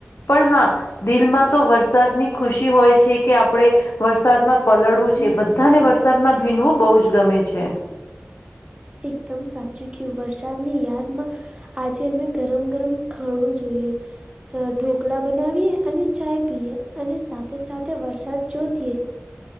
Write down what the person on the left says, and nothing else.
પણ હા. દિલમાં તો વરસાદની ખુશી હોય છે કે આપણે. વરસાદમાં પલળવું છે બધાને વરસાદમાં ભીનવું બહુ જ ગમે છે.